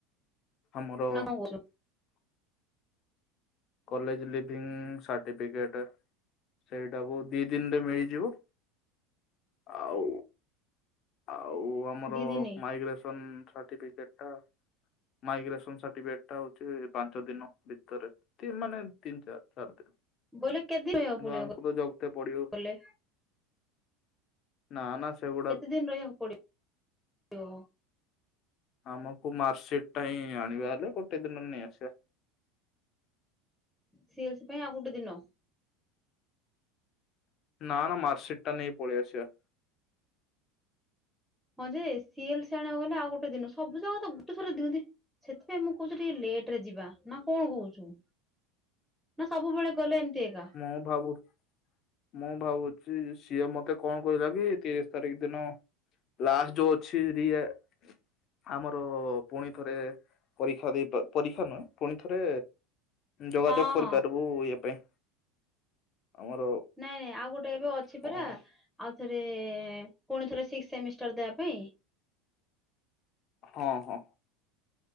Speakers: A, on the left (about 45°); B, in the centre.
A: ଆମର
B: ନା କଣ କହୁଛୁ
A: କଲେଜ ଲିଭିଙ୍ଗ ସଟିଫିକେଟ ସେଇଟାକୁ ଦି ଦିନରେ ମିଳିଯିବ। ଆଉ ଆଉ ଆମର
B: ଦି ଦିନି
A: ମାଇଗ୍ରେସନ ସାଟିପି ସେଟା ମାୟୀଗ୍ରେସନ ସାଠିପିକେଟ ଟା ହଉଛି ପାଞ୍ଚ ଦିନ ଭିତରେ। ତିନ ମାନେ ତିନ ଚାରି ଚାରି ଦିନ।
B: ବୋଇଲେ କେତେ ଦିନ ରହିବାକୁ
A: କିନ୍ତୁ
B: ପଡିବ
A: ଆମକୁ ତ ଜଗତେ ପଡିବ।
B: କହିଲେ
A: ନାଁ ନାଁ ସେବୁ
B: କେତେ ଦିନି ରହିବାକୁ ପଡିବ। ପଡିବ।
A: ଆମକୁ ମାରସିଟି ଟା ହିଁ ଆଣିବା ହେଲେ ଗୋଟେ ଦିନ ରେ ନେଇ ଆସିବା।
B: ସିଲିସି ପାଇଁ ଆଉ ଗୋଟେ ଦିନ?
A: ନା ନା ମାରସିଟି ଟା ନେଇ ପଳି ଆସିବା।
B: ହଁ ଯେ। ସିଏଲେସେ ଆଣିବାକୁ ଗଲେ ଆଉ ଗୋଟେ ଦିନ ସବୁ ଜାଗ ତ ଗୋଟେ ଥରେ ଦିଅନ୍ତି। ସେଥିପାଇଁ ମୁଁ କହୁଛି ଟିକେ ଲେଟେ ରେ ଯିବା ନା କଣ କହୁଛୁ? ନା ସବୁବେଳେ ଗଲେ ଏମିତି ଏକା।
A: ମୁଁ ଭାବୁ ମୁଁ ଭାବୁଛି ସିଏ ମତେ କଣ କହିଲା କି ତିରିଶି ତାରିଖ ଦିନ ଲାଷ୍ଟ ଯୋଉ ଅଛି ରିଆ ଆମର ପୁଣି ଥରେ। ପରୀକ୍ଷା ଦେଇ ପରୀକ୍ଷା ନୁହେଁ। ପୁଣି ଥରେ। ଯୋଗାଯୋଗ
B: ହଁ
A: କରିପାରିବୁ
B: ହଁ
A: ଇ ପାଇଁ। ଆମର
B: ନାଇଁ ନାଇଁ ଆଉ ଗୋଟେ ଏବେ ଅଛି ପରା
A: କଣ
B: ଆଉଥରେ ପୁଣି ଥରେ ସିକ୍ସି ସେମିଷ୍ଟାର ଦେବା ପାଇଁ?
A: ହଁ ହଁ।